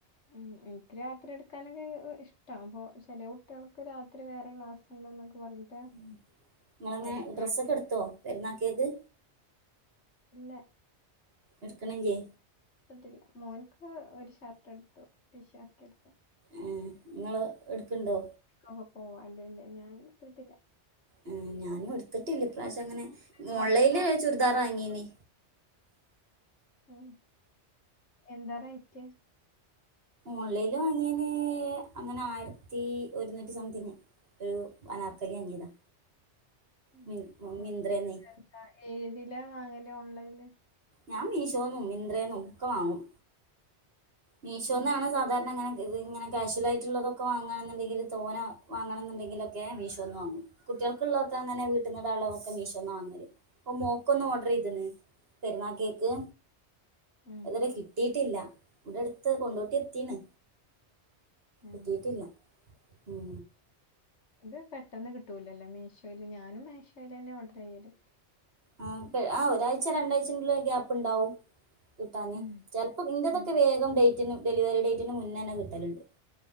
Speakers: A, on the left; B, on the right.
A: ഉം എനിക്ക് രാത്രി എടുക്കാനൊക്കെ ഇഷ്ടവാ അപ്പോൾ ചില കുട്ടികൾക്ക് രാത്രി വേറെ ക്ലാസ് ഉണ്ട് എന്നൊക്കെ പറഞ്ഞിട്ട്
B: ഉം നിങ്ങളിന്ന്
A: പഠിക്കാൻ
B: ഡ്രസ്സ് ഒക്കെ എടുത്തോ പെരുന്നാക്കായിട്ട്
A: ഇല്ല
B: എടുക്കണെങ്കി
A: എടുത്തില്ല മോനക്ക് ഒരു ഷർട്ട് എടുത്തു ടീ ഷർട്ട് എടുത്തു
B: ആഹ് നിങ്ങള് എടുക്കുണ്ടോ
A: അപ്പോ പോവാ അല്ലല്ല ഞാൻ എടുത്തിട്ടില്ല
B: ഉം ഞാനും എടുത്തിട്ടില്ല
A: ഒരു
B: ഇ പ്രാവശ്യം
A: മാസം
B: അങ്ങനെ
A: കഴിഞ്ഞിട്ട് ബ്ലൗസ്
B: ഓൺലൈനില്
A: വാങ്ങും
B: ചുരിദാർ വാങ്ങീനേ
A: ഉം എന്താ റേറ്റ്
B: ഓൺലൈന് വാങ്ങിയേന് അങ്ങനെ ആയിരത്തി ഒരുന്നൂറ്റി സംതിങ് ഒരു അനാർക്കലി അങ്ങിതാ
A: ഉം
B: മി
A: വ
B: മിന്ത്രെന്നെ
A: എന്താ ഏതിലാ വാങ്ങല് ഓൺലൈനില്
B: ഞാൻ മീശോന്നും മിന്ത്രേന്നും ഒക്കെ വാങ്ങും മീഷോന്നാണ്
A: ഉം
B: സാധാരണ അങ്ങനെ ഇതിങ്ങനെ കാക്ഷ്വലായിട്ടുള്ളതൊക്കെ വാങ്ങണോന്നുണ്ടെങ്കിൽ തോനെ വാങ്ങണം എന്നുണ്ടെങ്കിലൊക്കെ മീഷോന്ന് വാങ്ങും കുട്ടികൾക്ക് ഉള്ളതൊക്കെ അങ്ങനെ വീട്ടന്നുള്ളവർക്ക് മീശോന്നാ വങ്ങല് ഇപ്പ മോ ക്ക് ഒന്ന് ഓർഡർ ചെയ്തന്ന് പെരുന്നാൾകേക്ക്
A: ഉം
B: ഇതുവരെ കിട്ടിയിട്ടില്ല ഇവിടടുത്ത് കൊണ്ടോട്ടി എത്തീണ്
A: ഉം
B: എത്തീട്ടില്ല ഉം
A: അത് പെട്ടെന്ന് കിട്ടൂലല്ലോ മീശോയില് ഞാനും മീശോല് തന്നെ ഓർഡർ ചെയ്യല്
B: ഉം പ്പൊ ആഹ് ഒരാഴ്ച രണ്ടാഴ്ച <unintelligible> ഒരു ഗ്യാപ്പ്ണ്ടാവും. കിട്ടാന്
A: ഉം
B: ചെലപ്പോം ഇന്റതൊക്കെ
A: ഉം
B: വേഗം ഡേറ്റിന് ഡെലിവറി ഡേറ്റിന് മുന്നേന്നെ കിട്ടല്ണ്ട്.